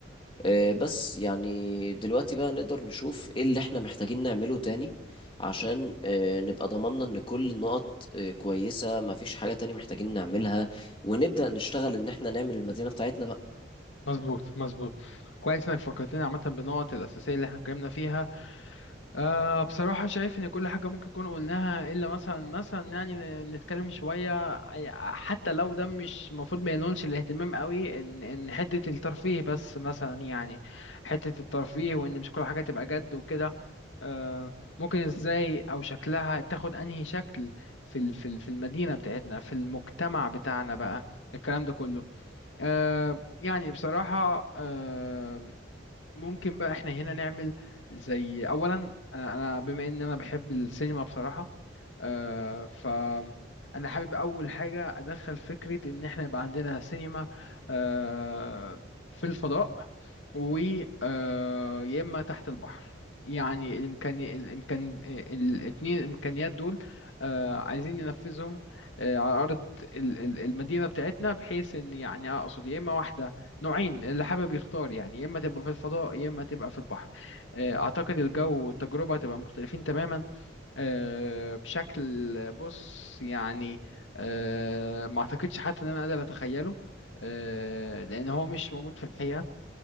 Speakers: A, on the left; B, on the left.
A: آه، بس يعني دلوقتي بقى نقدر نشوف ايه اللي احنا محتاجين نعمله تاني عشان آه، نبقى ضمننا ان كل النقط آه، كويسة مفيش حاجة تاني محتاجين نعملها ونبدأ نشتغل ان احنا نعمل المدينة بتاعتنا بقى
B: مظبوط مظبوط كويس انك فكرتني عامة بالنقط الأساسية اللي احنا اتكلمنا فيها أه بصراحة شايف إن كل حاجة ممكن نكون قلناها إلا مثلا مثلا يعني نتكلم شوية حتى لو ده مش المفروض ما ينولش الاهتمام قوي إن إن حتة الترفيه بس مثلا يعني حتة الترفيه وإن مش كل حاجة تبقى جد وكده أه ممكن إزاي أو شكلها تاخد أنهي شكل في ال- في ال- في المدينة بتاعتنا في المجتمع بتاعنا بقى الكلام ده كله أه يعني بصراحة آه، ممكن بقى احنا هنا نعمل زي اولا انا أنا بما ان انا بحب السينما بصراحة آه، فأنا حابب أول حاجة أدخل فكرة إن إحنا يبقى عندنا سينما آه، في الفضاء و آه، يا إما تحت البحر يعني الإمكان الإمكان الاتنين الإمكانيات دول آه، عايزين ننفذهم آه، على أرض ال- ال- المدينة بتاعتنا بحيث إن يعني أقصد يا إما واحدة نوعين اللي حابب يختار يعني يا إما تبقى في الفضاء يا إما تبقى في البحر آه، أعتقد الجو والتجربة هتبقى مختلفين تماما آه، بشكل بص يعني آه، ما اعتقدش حتى ان انا قادر اتخيله آه، لان هو مش موجود في الحقيقة